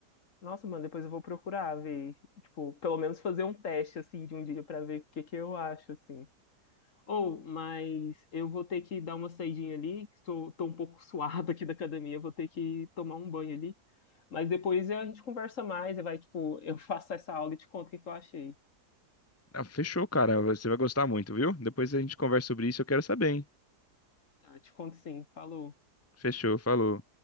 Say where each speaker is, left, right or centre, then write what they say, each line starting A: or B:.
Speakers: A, on the left (about 55°); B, on the left (about 15°).
A: Nossa, mano, depois eu vou procurar ver, tipo, pelo menos fazer um teste, assim, de um dia pra ver o que que eu acho, assim. Ou, mas eu vou ter que dar uma saidinha ali, que estou tô um pouco <laughs> suado aqui da academia, vou ter que tomar um banho ali. Mas depois a gente conversa mais, vai, tipo, eu <laughs> faço essa aula e te conto o que que eu achei.
B: Ah, fechou, cara. Você vai gostar muito, viu? Depois a gente conversa sobre isso, eu quero saber, hein?
A: Ah, te conto sim, falou.
B: Fechou, falou.